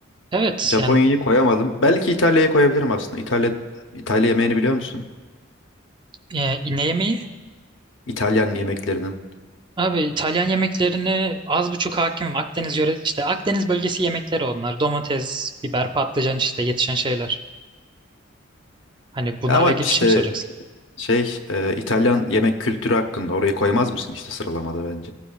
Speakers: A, on the right; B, on the left.
A: Evet
B: Japonya'yı
A: yani
B: koyamadım. Belki İtalya'yı koyabilirim aslında. İtalya İtalya yemeğini biliyor musun?
A: e, ne yemeği?
B: İtalyan yemeklerini.
A: Abi İtalyan yemeklerine az buçuk hakimim. Akdeniz yöre işte Akdeniz bölgesi yemekleri onlar. Domates, biber, patlıcan işte yetişen şeyler. Hani bunlarla
B: Ama
A: ilgili
B: işte
A: bir şey mi soracaksın?
B: şey e, İtalyan yemek kültürü hakkında orayı koymaz mısın işte sıralamada bence.